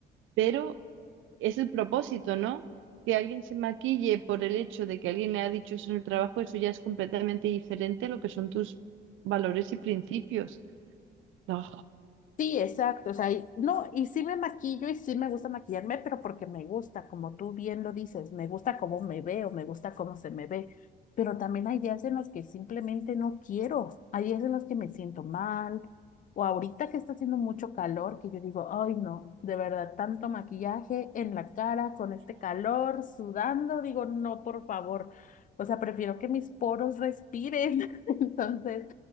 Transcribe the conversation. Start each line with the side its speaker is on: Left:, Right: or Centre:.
Right: Pero es el propósito, ¿no? Que alguien se maquille por el hecho de que alguien le ha dicho eso en el trabajo, eso ya es completamente diferente a lo que son tus valores y principios. No,
Left: Sí, exacto. O sea, y- no, y sí me maquillo y sí me gusta maquillarme, pero porque me gusta, como tú bien lo dices, me gusta cómo me veo, me gusta cómo se me ve. Pero también hay días en los que simplemente no quiero. Hay días en los que me siento mal. O ahorita que está haciendo mucho calor, que yo digo, ay, no, de verdad, tanto maquillaje en la cara con este calor, sudando, digo, no, por favor. O sea, prefiero que mis poros respiren. <laughs> Entonces.